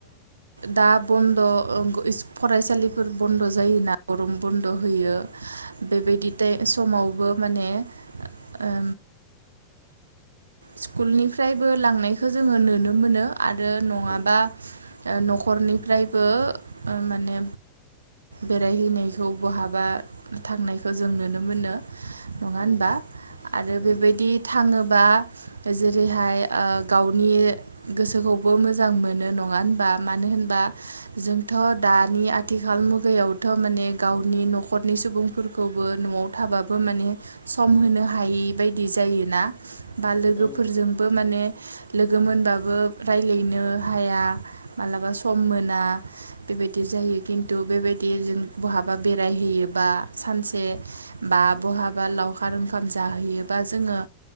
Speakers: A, on the right; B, on the left.
A: दा बन्द' इस फरायसालिफोर बन्द' जायोना गरुम बन्द' होयो बेबायदि समावबो, माने ओ स्कुलनिफ्रायबो लांनायखौ जोङो नुनो मोनो आरो नङाबा,
B: औ
A: ओ न'खरनिफ्रायबो ओ माने, बेरायहैनायखौ बहाबा थांनायखौ जों नुनो मोनो, नङा होनबा
B: औ
A: आरो
B: नंगौ
A: बेबायदि थाङोबा, जेरैहाय ओ गावनि गोसोखौबो मोजां मोनो नङा होनबा मानो होन होनबा जोंथ' दानि आथिखाल मुगायावथ' माने गावनि न'खरनि सुबुं, फोरफोरखौबो न'आव थाबाबो माने सम होनो हायि बायदि जायोना? बा लोगोफोरजोंबो
B: औ
A: माने लोगो मोनबाबो रायज्लायनो हाया मालाबा सम मोना बेबायदि, जायो खिनथु बेबायदि जों बहाबा बेराय हैयोबा सानसे बा बहा बा लावखार ओंखाम जाहैयोबा जोङो।